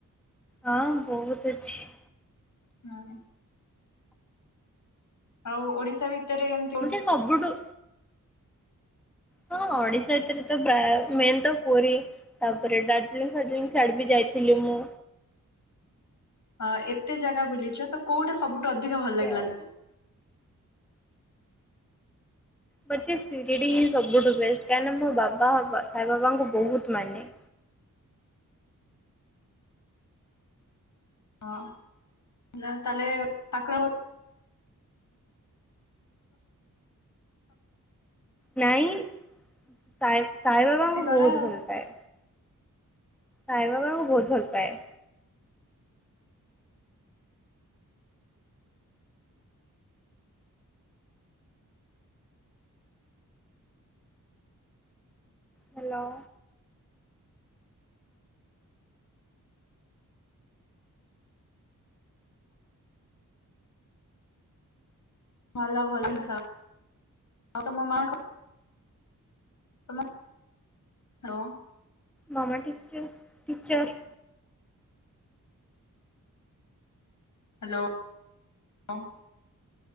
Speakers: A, in the centre; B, on the left.
A: ହଁ ବହୁତ ଅଛି।
B: ହୁଁ। ଆଉ ଓଡିଶା ଭିତରେ ଏମିତି କୋଉଠି
A: ମତେ ସବୁଠୁ ହଁ ଓଡିଶା ଭିତରେ ପ୍ରାୟ ତ ମେନ୍ ତ ପୁରୀ। ତାପରେ ଡାର୍ଜିଲିଂ ଫାର୍ଜିଲଂ ଛାଡ ବି ଯାଇଥିଲି ମୁଁ।
B: ହଁ ଏତେ ଜାଗା ବୁଲିଚ ତ କୋଉଟା ସବୁଟୁ ଅଧିକ ଭଲ ଲାଗିଲା
A: ତ
B: ତୁମକୁ।
A: ମୋତେ ସିରିଡ଼ି ହିଁ ସବୁଠୁ ବେଷ୍ଟ କାହିଁକିନା ମୋ ବାବା ସାଇ ବାବାଙ୍କୁ ବୋହୁତ ମାନେ
B: ହଁ ନା ତାହଲେ <unintelligible>
A: ନାଇଁ ସାଇବାବାଙ୍କୁ
B: ଭକ୍ତି କର
A: ବୋହୁତ
B: ଆଉ
A: ଭଲ ପାଏ। ସାଇ ବାବା ଙ୍କୁ ବୋହୁତ ଭଲ ପାଏ। ହ୍ୟାଲୋ।
B: ଭଲ ଭଲ ଲେ ଥାଅ ଆଉ ତମ ମା କ ତମ ହ୍ୟାଲୋ।
A: ମାମା ଟିଚର୍ ଟିଚର।
B: ହ୍ୟାଲୋ ହ।